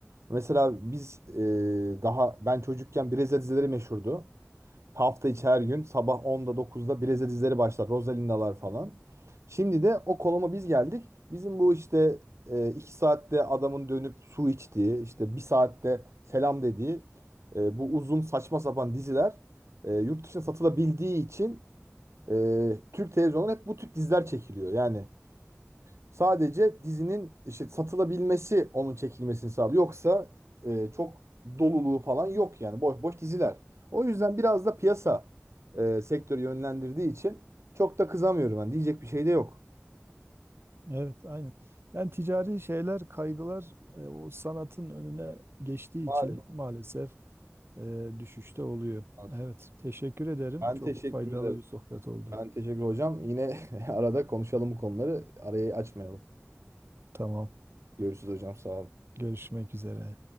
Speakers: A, on the right; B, on the right.
A: Mesela biz e, daha ben çocukken Brezilya dizileri meşhurdu. Hafta içi her gün sabah onda dokuzda Breze dizileri başlar. Rosalinda'lar falan. Şimdi de o konuma biz geldik. Bizim bu işte e, iki saatte adamın dönüp su içtiği, işte bir saatte selam dediği e, bu uzun saçma sapan diziler e, yurt dışına satılabildiği için e, Türk televizyonları hep bu tip diziler çekiliyor. Yani Sadece dizinin işte satılabilmesi onun çekilmesini sağlıyor. Yoksa e, çok doluluğu falan yok yani boş boş diziler. O yüzden biraz da piyasa e, sektörü yönlendirdiği için çok da kızamıyorum ben. Diyecek bir şey de yok.
B: Evet, aynen. Yani ticari şeyler, kaygılar e, o sanatın önüne geçtiği
A: Maalesef.
B: için maalesef e, düşüşte oluyor.
A: Evet.
B: Evet, teşekkür ederim.
A: Ben
B: Çok
A: teşekkür
B: faydalı
A: ederim.
B: bir sohbet oldu.
A: Ben teşekkür hocam. Yine <laughs> arada konuşalım bu konuları. Arayı açmayalım.
B: Tamam,
A: Görüşürüz hocam. Sağ olun.
B: görüşmek üzere.